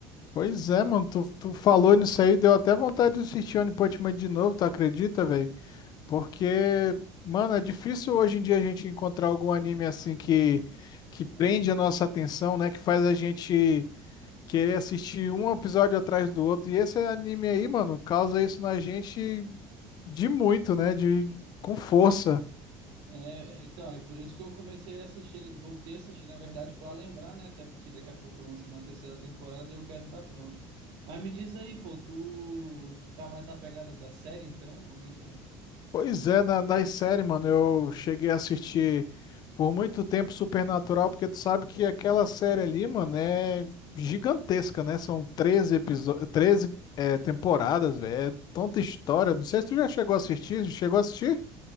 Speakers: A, on the left; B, on the right.
A: Pois é, mano, tu, tu falou nisso aí, deu até vontade de assistir One Punch Man de novo, tu acredita, velho? Porque, mano, é difícil hoje em dia a gente encontrar algum anime assim que, que prende
B: É,
A: a nossa atenção, né? Que faz a gente querer assistir um episódio atrás do outro. E esse anime aí, mano, causa isso na gente de muito, né? De, com força.
B: é, então, é por isso que eu comecei a assistir, ele- voltei a assistir, na verdade, pra lembrar, né? Até porque daqui a pouco lança uma terceira temporada e eu quero estar pronto. Mas me diz aí, pô, tu, tu tá mais na pegada da série, então? Como é que é?
A: Pois é, na, nas séries, mano, eu cheguei a assistir por muito tempo Supernatural, porque tu sabe que aquela série ali, mano, é gigantesca, né? São 13 episódios, treze é, temporadas, velho. É tanta história. Não sei se tu já chegou a assistir, chegou a assistir?